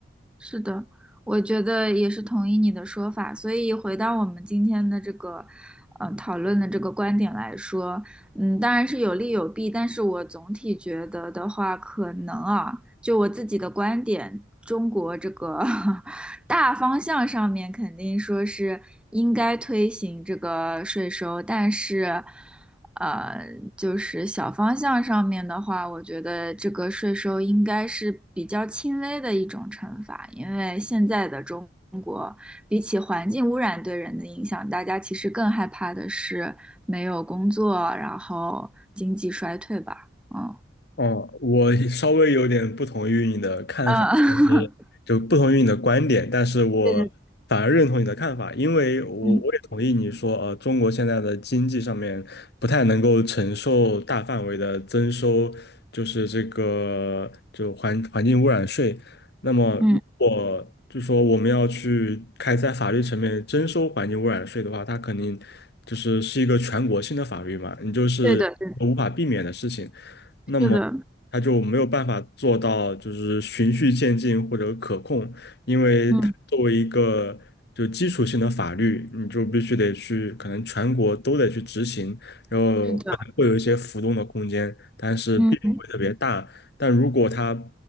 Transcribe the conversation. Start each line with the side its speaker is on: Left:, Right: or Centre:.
Centre: 是的，我觉得也是同意你的说法。所以回到我们今天的这个，呃，讨论的这个观点来说，嗯，当然是有利有弊，但是我总体觉得的话，可能啊，就我自己的观点，中国这个 <laughs> 大方向上面肯定说是应该推行这个税收，但是，呃，就是小方向上面的话，我觉得这个税收应该是比较轻微的一种惩罚，因为现在的中比起环境污染对人的影响，大家其实更害怕的是没有工作，然后经济衰退吧。嗯
Left: 哦，我稍微有点不同于你的看法，
Centre: 嗯，
Left: 但是
Centre: <laughs>
Left: 就不同于你的观点，但是我反而认同你的看法，
Centre: 对对，
Left: 因为我我也同意你说，
Centre: 嗯
Left: 呃，中国现在的经济上面不太能够承受大范围的增收，就是这个就环环境污染税。那么，
Centre: 嗯，
Left: 如果就说我们要去开在法律层面征收环境污染税的话，它肯定就是是一个全国性的法律嘛，你就是无法避免的事情。
Centre: 对的，对的，
Left: 那么
Centre: 是的，
Left: 它就没有办法做到就是循序渐进或者可控，因为它作为一个就基础性的法律，
Centre: 嗯，
Left: 你就必须得去，可能全国都得去执行，然后可能会有一些浮动的空间，
Centre: 是的，
Left: 但是并不会特别大。
Centre: 嗯。
Left: 但如果它